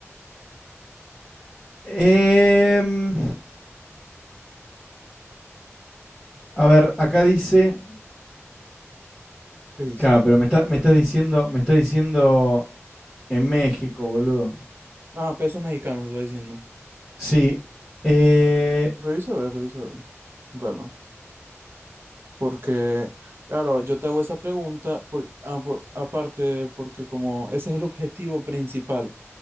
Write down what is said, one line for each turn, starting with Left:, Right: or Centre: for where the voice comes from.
Centre: Em, a ver, acá dice.
Right: ¿qué dice?
Centre: Claro, pero me está, me está diciendo, me está diciendo en México, boludo.
Right: Ah, pesos mexicanos está diciendo.
Centre: Sí. eh,
Right: Revisa, a ver, revisa, a ver. Con calma. Porque, claro, yo te hago esa pregunta, por- ah, por- aparte, porque como ese es el objetivo principal,